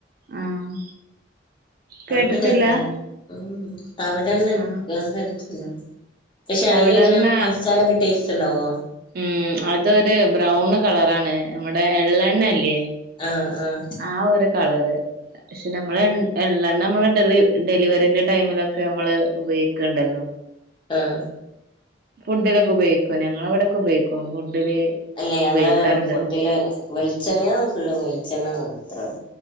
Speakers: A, on the right (about 50°); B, on the left (about 25°).
A: ആഹ് കേട്ടിട്ടില്ല
B: അങ്ങനെ ഒരെണ്ണ ഉ തവിടെണ്ണ
A: ആഹ്
B: ഞാൻ കഴിച്ചിട്ടില്ല പക്ഷെ
A: തവിടെണ്ണ
B: അയ്ല്ങ്ങനെ പൊരിച്ചാലൊക്കെ ടേസ്റ്റ് ഉണ്ടാവോ
A: ഉം അതൊരു ബ്രൗണ് കളറാണ് നമ്മടെ എള്ള എണ്ണ ഇല്ലേ
B: ആഹ് ആഹ്
A: ആ ഒരു കളറ് പക്ഷെ നമ്മള് എള്ളെണ്ണ നമ്മള് ഡെ ഡെലിവറിന്റെ ടൈമിലൊക്കെ നമ്മള് ഉപയോഗിക്കണ്ടല്ലോ
B: ആഹ്
A: ഫുഡിലൊക്കെ ഉപയോഗിക്കൊ ഞങ്ങളവിടെക്കെ ഉപയോഗിക്കു ഫുഡില്
B: അല്ല ഞങ്ങള്
A: ഉപയോഗിക്കാറുണ്ട്
B: ഫുഡില് വെളിച്ചെണ്ണയാ ഫുള്ള് വെളിച്ചെണ്ണ മാത്രം